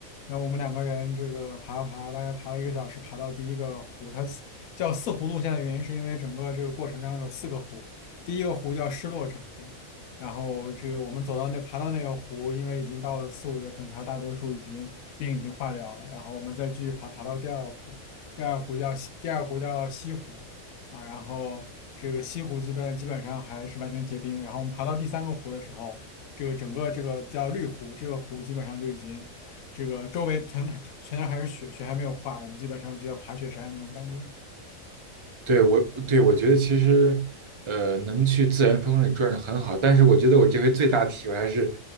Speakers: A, on the left (about 80°); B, on the right (about 30°).
A: 然后我们两个人这个爬啊爬，大概爬了一个小时，爬到第一个湖，它四叫四湖路线的原因是因为整个这个过程中有四个湖，第一个湖叫失落之湖。然后这个我们走到那爬到那个湖，因为已经到了四五月份，它大多数已经冰已经化掉了。然后我们再继续爬，爬到第二湖，第二湖叫西，第二湖叫西湖啊。然后这个西湖基本基本上还是完全结冰。然后我们爬到第三个湖的时候，这个整个这个叫绿湖，这个湖基本上就已经这个周围全全都还是雪，雪还没有化，我们基本上就要爬雪山那种感觉，
B: 对我，对我觉得其实，呃，能去自然风光里转转很好，但是我觉得我这回最大体会还是